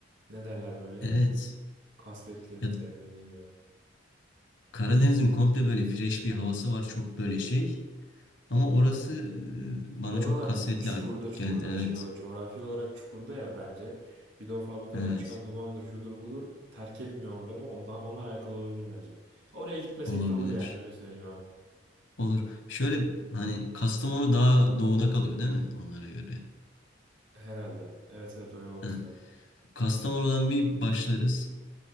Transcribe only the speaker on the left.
Evet.
Ya
Karadeniz'in komple böyle fresh bir havası var. Çok böyle şey. Ama orası e, bana
çok kasvetli
geldi. Evet.
Evet.
Olabilir.
Olur. Şöyle hani Kastamonu daha doğuda kalıyor değil mi? Onlara göre.
Heh.
Kastamonu'dan bir başlarız.